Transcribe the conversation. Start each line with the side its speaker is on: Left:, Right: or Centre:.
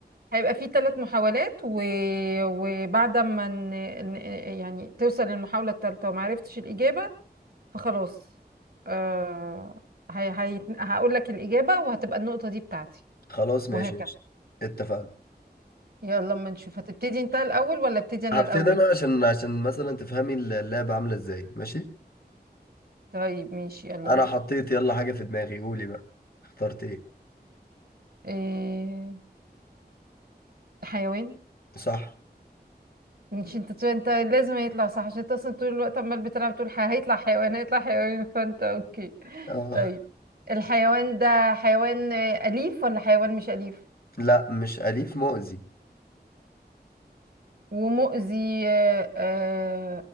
Right: هيبقى فيه ثلاث محاولات و... وبعد ما ن... ن- يعني توصل للمحاولة الثالثة وما عرفتش الإجابة فخلاص آه... هي... هي... هقول لك الإجابة وهتبقى النقطة دي بتاعتي
Left: خلاص ماشي
Right: وهكذا
Left: ماشي اتفقنا
Right: يلا اما نشوف هتبتدي انت الأول ولا ابتدي أنا
Left: هبتدي
Right: الأول
Left: انا عشان عشان مثلا تفهمي اللعبة عاملة ازاي ماشي
Right: طيب ماشي يلا
Left: انا
Right: بينا
Left: حطيت يلا حاجة في دماغي قولي بقى اخترت ايه
Right: إيه... حيوان
Left: صح
Right: مش انت انت لازم هيطلع صح عشان انت اصلا طول الوقت عمال بتلعب تقول حي... هيطلع حيوان هيطلع حيوان فانت اوكي
Left: اه
Right: طيب الحيوان ده حيوان آه، أليف ولا حيوان مش أليف
Left: لا مش اليف مؤذي
Right: ومؤذي آه،